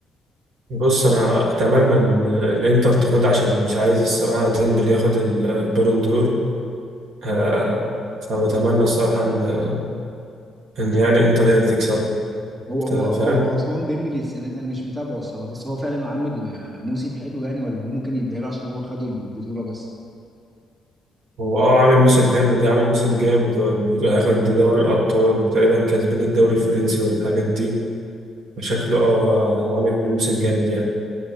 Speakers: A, on the right (about 75°); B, on the right (about 30°).
A: بص انا اتمنى ان الانتر تاخدها عشان مش عايز الصراحه ديمبلي ياخد البالون دور آه، فبتمنى الصراحه ان ان يعني انتر هي اللي تكسب
B: هو هو
A: أنت
B: هو
A: فاهم
B: عثمان ديمبلي السنه دي انا مش متابعه الصراحه بس هو فعلا عامل آه، موسم حلو يعني ولا هو ممكن يديها له عشان هو خدوا البطوله بس
A: هو اه عامل موسم حلو جه عامل موسم جامد هياخد دوري الابطال وتقريبا كسبين الدوري الفرنسي والحاجات دي فشكله اه عامل موسم جامد يعني